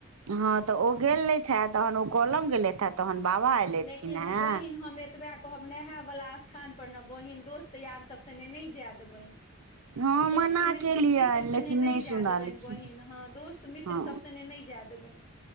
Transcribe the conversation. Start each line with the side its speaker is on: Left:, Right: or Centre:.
Right: हँ तऽ ओ गेले हे तहन ओ कॉलम गेलैथ हैँ तहन बाबा एयलथिन
Left: लेकिन
Right: हेँ
Left: बहिन हम एतबा कहब नहाय वला स्थान पर न बहिन दोस्त यार सभ सने नहि जाय देबैन
Right: हँ मना
Left: दोस्तमे
Right: केलियनि
Left: मित्र
Right: लेकिन
Left: सने नहि
Right: सुनलखिन
Left: जाय देबनि बहिन हँ दोस्त मित्र
Right: हँ
Left: सब सने नहि जाय देबैन